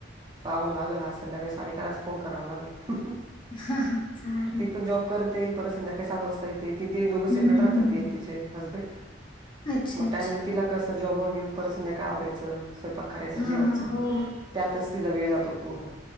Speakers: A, on the right (about 25°); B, on the left (about 25°).
A: पहावं लागल आज संध्याकाळी सानिकालाच फोन करावा लागल
B: हा हा चालेल.
A: ती पण जॉब करते परत संध्याकाळी सात वाजता येते तिथे दोघ सेपरेट
B: हम्म हम्म
A: राहतात
B: हम्म.
A: ते चे हेंजबंड,
B: अच्छा
A: म
B: अच्छा.
A: त्यानंतर तिला कस जॉबवर नेऊन परत संध्याकाळ आवरायचं स्वयंपाक करायच जेवायचं
B: हा हो.
A: त्यातच तिचा वेळ जातो पूर्ण